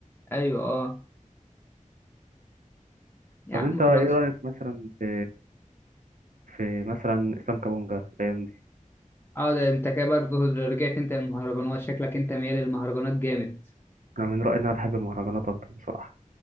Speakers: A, on the left; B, on the right.
A: ايوه اه يا
B: طب
A: عم
B: انت
A: خلاص
B: ايه رأيك مثلا في في مثلا اسلام كابونجا الايام دي
A: اه ده انت كده برضه رجعت انت المهرجانات شكلك انت ميال للمهرجانات جامد
B: انا من رأيي ان انا بحب المهرجانات اكتر بصراحة